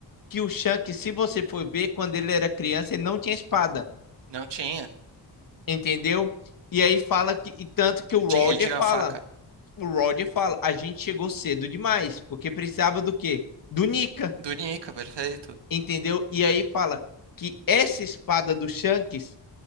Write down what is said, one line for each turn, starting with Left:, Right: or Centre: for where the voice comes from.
Left: que o Shanks, se você for ver, quando ele era criança, ele não tinha espada,
Right: Não tinha.
Left: entendeu? E aí fala que e tanto que o
Right: Ele
Left: Roger
Right: tinha ele tinha
Left: fala
Right: a faca
Left: o Roger fala, a gente chegou cedo demais, porque precisava do quê? Do Nika,
Right: do Nika, perfeito.
Left: entendeu? E aí fala que essa espada do Shanks,